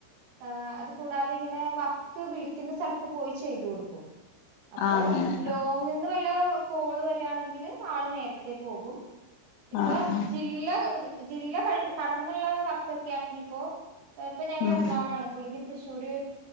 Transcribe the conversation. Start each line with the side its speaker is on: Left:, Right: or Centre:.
Right: ആഹ് അത് കൂടാതിങ്ങനെ വർക്ക് വിളിക്ക്ന്ന സ്ഥൽത്ത് പോയി ചെയ്ത് കൊടുക്കും. അപ്പോ
Left: ആഹ് അങ്ങനെ
Right: ലോങ് ന്ന് വല്ലോം കോള് വെരാണെങ്കില് ആള് നേരത്തെ പോകും ഇപ്പൊ
Left: ആഹ് ആഹ്
Right: ജി ല്ല ജില്ല കഴി കടന്ന്ള്ള വർക്കൊക്ക്യാണെങ്കിപ്പോ ഇപ്പൊ ഞങ്ങള്
Left: ഉം
Right: എറണാകൊളാണ് പുളളിക്ക് തൃശ്ശൂര്